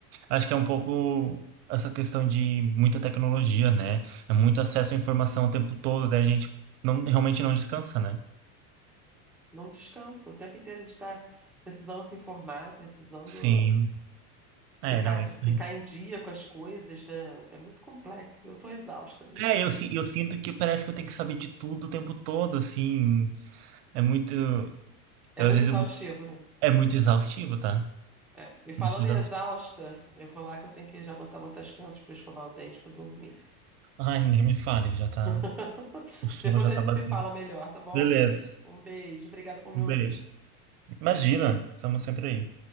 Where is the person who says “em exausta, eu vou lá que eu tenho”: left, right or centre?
Centre